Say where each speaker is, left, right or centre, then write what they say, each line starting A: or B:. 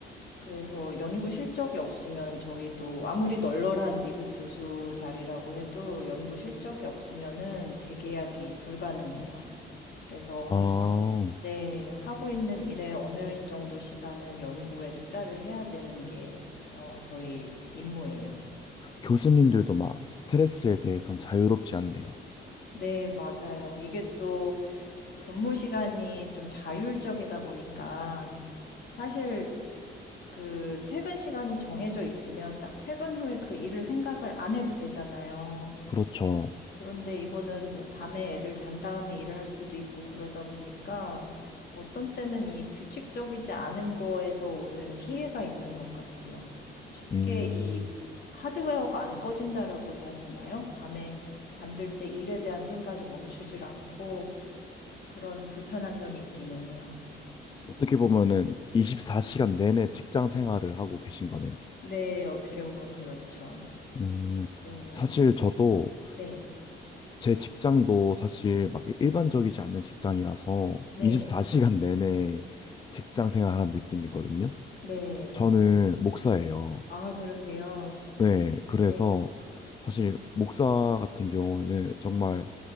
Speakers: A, on the left (about 55°); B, on the left (about 25°).
A: 그래서 연구 실적이 없으면 저희도 아무리 널널한 미국 교수 자리라고 해도 연구 실적이 없으면은 재계약이 불가능해요. 그래서
B: 아,
A: 네. 하고 있는 일에 어느 정도 시간은 연구에 투자를 해야 되는 게 어 저희 임무예요.
B: 교수님들도 막 스트레스에 대해선 자유롭지 않네요.
A: 네. 맞아요. 이게 또 근무 시간이 좀 자율적이다 보니까 사실 그 퇴근 시간이 정해져 있으면 딱 퇴근 후에 그 일을 생각을 안 해도 되잖아요.
B: 그렇죠.
A: 그런데 이거는 뭐 밤에 애들 잔 다음에 일을 할 수도 있고 그러다 보니까 어떤 때는 이 규칙적이지 않은 거에서 오는 피해가 있는 것 같아요. 쉽게
B: 음.
A: 이 하드웨어가 안 꺼진다라고 해야 되나요? 밤에 잠들 때 일에 대한 생각이 멈추질 않고 그런 불편한 점이 있기는 해요.
B: 어떻게 보면은 24시간 내내 직장 생활을 하고 계신 거네요.
A: 네, 어떻게 보면 그렇죠.
B: 음.
A: 네,
B: 사실 저도
A: 네,
B: 제 직장도 사실 막 일반적이지 않는 직장이라서
A: 네,
B: 24시간 내내 직장 생활하는 느낌이거든요.
A: 네.
B: 저는 목사예요.
A: 아, 그러세요?
B: 네, 그래서
A: 네.
B: 사실 목사 같은 경우는 정말